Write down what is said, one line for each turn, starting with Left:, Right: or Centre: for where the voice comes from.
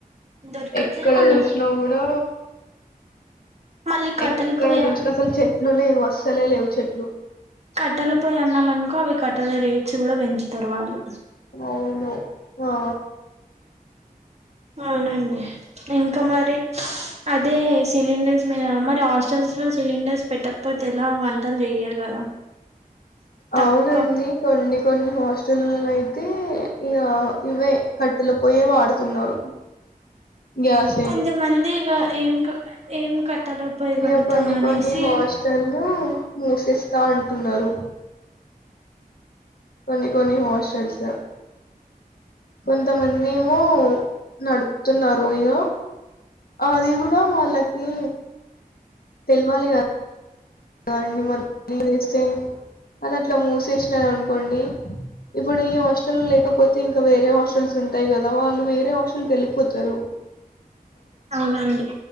Right: దొరకట్లేదు
Left: ఎక్కడ
Right: మళ్ళీ
Left: చూసినా కూడా
Right: మళ్ళీ కట్టెలు
Left: ఎక్కడ
Right: పొయ్యి
Left: చూసిన అసలు చెట్లునే వస్తు చలే లేవు చెట్లు
Right: కట్టెల పోయి అన్నాము అనుకో అవి కట్టెల రేట్స్ కూడా పెంచుతారు వాళ్ళు
Left: అవును ఆ
Right: అవునండి ఇంకా మరి అదే సిలిండర్స్ మీద మరి హాస్టల్స్ లో సిలిండర్స్ పెట్టకపోతే ఎలా వంటలు చెయ్యరు కదా తక్కువ
Left: అవునండి దండ కొన్ని హాస్టల్లో అయితే ఇ ఇవే కట్టెల పోయే వాడుతున్నారు గ్యాస్
Right: కొంతమంది ఇక ఏం ఏం కట్టెల పొయ్యి
Left: ఇక
Right: పెడతాం
Left: కొన్ని
Right: అనేసి
Left: కొన్ని హాస్టల్ ను మూసేస్తా అంటున్నారు కొన్ని కొన్ని హాస్టల్స్ కొంతమంది ఏమో నడుపుతున్నారు ఇకో అది కూడా వాళ్ళకి తెలివాలి కదా <unintelligible> వస్తే అది అట్లా మూసేసినారు అనుకోండి, ఇప్పుడు ఈ హాస్టల్ లేకపోతే ఇంకా వేరే హాస్టల్స్ ఉంటాయి కదా, వాళ్ళు వేరే హాస్టల్ క వెళ్ళిపోతారు
Right: అవునండి